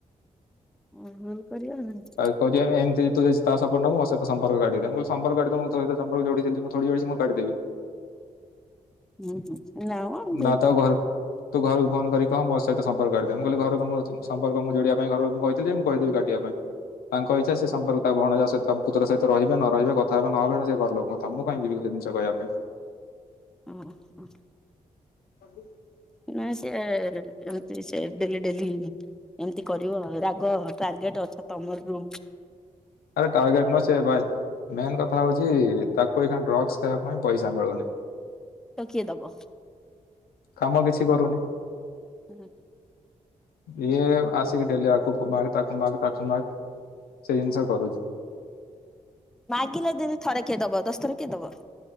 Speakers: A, in the centre; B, on the left.
A: ତମେ ଭୁଲ୍‌ କରିବ ଆଉ।
B: ଆଉ କହୁଚି ଏମ୍‌ଏମ୍ତି ତୁ ଯଦି ତା ସପୋର୍ଟ ନବୁ ମୋ ସହିତ ସମ୍ପର୍କ କାଟିଦେ ମୁଁ କହିଲି ସ ସମ୍ପର୍କ କାଟିଦିଅ ମୁଁ ତୋ ସହିତ ସମ୍ପର୍କ ଯୋଡ଼ିଥିଲି ମୁଁ ଥୋଡି ଯୋଡିଚି ମୁଁ କାଟିଦେବି?
A: ଉଁ ହୁଁ। ନା ମ। ହଁ
B: ନା ତୋ ଘରୁ ତୁ ଘରୁକୁ ଫୋନ କରିିକି କହ ମୋ ସହିତ ସମ୍ପର୍କ କାଟି ଦେବେ ମୁଁ କଇଲି ଘରେ କଅଁ ମୋ ସଇ ସମ୍ପର୍କ ମୁଁ ଯୋଡିବା ପାଇଁ ଘର ଲୋକଙ୍କୁ କଇ ତିଲ୍‌ ଯେ ମୁଁ କହିଦେବି କାଟିବା ପାଇଁ। ତାଙ୍କ ଇଚ୍ଛା ସେ ସମ୍ପର୍କ ତା ଭଣଜା ସହିତ ତା ପୁତୁରା ସହିତ ରହିବେ ନ ରହିବେ କଥା ହେବେ ନ ହେବେ ସେଟା ସେ ଘର ଲୋକଙ୍କ ତମ କୁ କାଇଁ ଯିବି ଗୋ ସେ ଜିନିଷ କହିବା ପାଇଁ?
A: ଉଁ ହ।
B: ସବୁ
A: ନାଇଁ ସେ ଏମ୍‌ତି ସେ ଡେଲି ଡେଲି ଏମ୍‌ତି କରିବ ରାଗ ଟାର୍ଗେଟ ଅଛ ତମର ରୁମ୍‌
B: ଆରେ ଟାର୍ଗେଟ ନୁହଁ ସେ ପା ମେନ୍ କଥା ହଉଚି ତାକୁ ଏଇଖିଣା ଡ୍ରକ୍ସ ଖାଇବା ପାଇଁ ପଇସା ମିଳୁନି।
A: ତ କିଏ ଦବ?
B: କାମ କିଛି କରୁନି।
A: ହୁଁ।
B: ଇଏ ଆସିିକି ଡେଲି ଆ ଉପୁ ମାଗ ତାକୁ ମାଗ ତାକୁ ମାଗ ସେ ଜିନିଷ କରୁଚି।
A: ମାଗିଲେ ଦିନ ଥରେ କିଏ ଦବ ଦଶ ଥର କିଏ ଦବ?